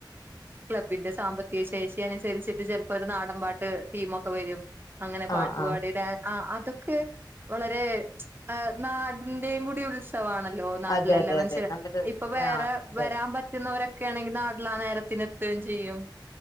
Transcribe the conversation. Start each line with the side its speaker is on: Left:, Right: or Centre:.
Right: ക്ലബ്ബിന്റെ സാമ്പത്തിക ശേഷി അനുസരിച്ചിട്ട് ച ഇപ്പൊ ഒരു നാടൻ പാട്ട് ടീമൊക്കെ വരും അങ്ങനെ പാട്ടുപാടി
Left: ആ ആ
Right: ഡാ ആ അതൊക്കെ വളരെ നാടിന്റെയും കൂടി ഉല് ആണല്ലോ നാട്ടിലെല്ലാ
Left: അതെ അതെ
Right: മനുഷ്യര്
Left: അതെ നല്ലൊരു
Right: ഇപ്പൊ വേറെ
Left: ആ അതെ
Right: വരാൻ പറ്റ എത്തുന്നവരൊക്കെ ആണെങ്കിൽ നാട്ടിൽ ആ നേരത്തിന് എത്തും ചെയ്യും